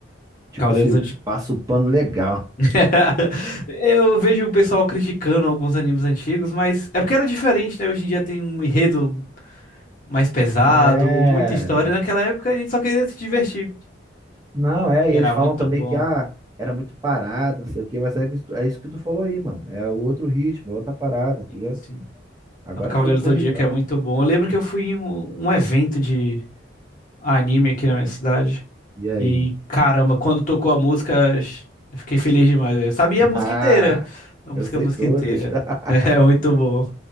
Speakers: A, on the right; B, on the left.
A: Tipo
B: Cavaleiros
A: assim,
B: do Zodíaco.
A: passa o pano legal.
B: <laughs> Eu vejo o pessoal criticando alguns animes antigos, mas é porque era diferente, né? Hoje em dia tem um enredo mais pesado,
A: É,
B: muita história. Naquela época a gente só queria se divertir.
A: não, é,
B: E
A: e eles
B: era
A: falam
B: muito
A: também
B: bom.
A: que ah, era muito parado, não sei o quê, mas é, isso é isso que tu falou aí, mano. É o outro ritmo, é outra parada, entendeu?
B: Sim, sim.
A: Agora
B: O Cavaleiros
A: é tudo corridão.
B: do Zodíaco é muito bom. Eu lembro que eu fui em um, um evento de anime aqui na minha cidade.
A: E aí?
B: E caramba, quando tocou a música, sh- eu fiquei feliz demais. Eu sabia
A: <laughs>
B: a música
A: Ah,
B: inteira. A música,
A: eu sei
B: a música
A: todas.
B: inteira.
A: <laughs>
B: <laughs> É muito bom.